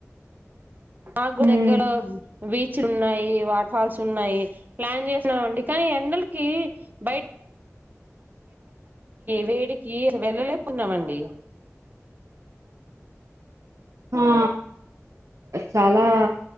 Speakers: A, on the right (about 35°); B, on the right (about 70°).
A: మాకు
B: ఉమ్
A: దగ్గెర బీచ్లు ఉన్నాయి వాటర్ ఫాల్స్ ఉన్నాయి ప్లాన్ చేసినామ అండి కానీ ఎండలకి బయట వేడికి వెళ్ళలేపు ఉన్నామండి
B: ఆ చాలా